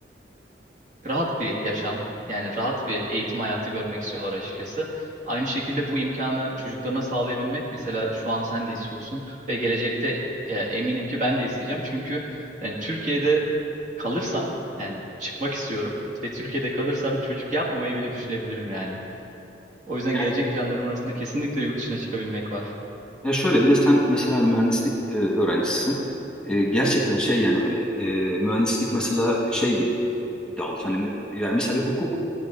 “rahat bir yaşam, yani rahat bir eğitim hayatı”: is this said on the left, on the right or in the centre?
Right